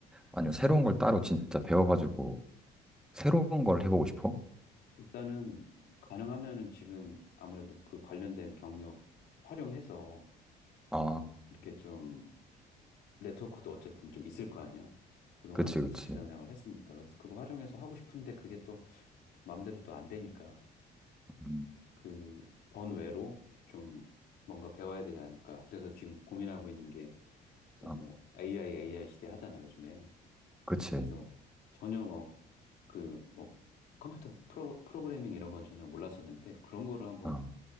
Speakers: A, in the centre; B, on the left.
A: 아니면 새로운 걸 따로 진짜 배워가지고 새로운 걸 해보고 싶어?
B: 일단은 가능하면은 지금 아무래도 그 관련된 경력 활용해서
A: 아,
B: 이렇게 좀 네트워크도 어쨌든 좀 있을 거 아니야. 그동안
A: 그치, 그치.
B: 직장 생활을 했으니까. 그래서 그거 활용해서 하고 싶은데 그게 또 마음대로 또 안 되니까
A: 음,
B: 그 번외로 좀 뭔가 배워야 되지 않을까. 그래서 지금 고민하고 있는 게 이제
A: 어,
B: 뭐 AI, AI 시대 하잖아, 요즘에.
A: 그치.
B: 그래서 전혀 뭐 그 뭐 컴퓨터 프로, 프로그래밍 이런 건 전혀 몰랐었는데 그런 거를 한번
A: 어.